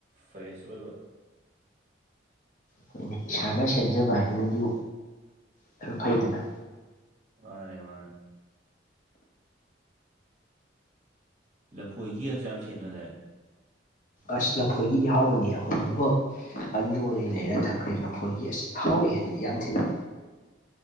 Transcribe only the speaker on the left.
ꯑꯩꯈꯣꯏꯅ ꯏꯁꯥꯅ ꯁꯦꯝꯖꯕ ꯍꯥꯏꯗꯨꯅꯗꯤ ꯈꯔ ꯐꯩꯗꯅ
ꯑꯁ ꯂꯐꯣꯏꯒꯤꯗꯤ ꯍꯥꯎꯕꯅꯦ ꯑꯩꯈꯣꯏ ꯑꯃꯨꯒ ꯑꯟꯗ꯭ꯔꯣꯗꯩ ꯂꯩꯔ ꯊꯛꯈ꯭ꯔꯦ ꯂꯐꯣꯏꯒꯤ ꯑꯁ ꯍꯥꯎꯋꯦꯍꯦ ꯑꯗꯨꯗꯤ ꯌꯥꯝ ꯊꯤꯅ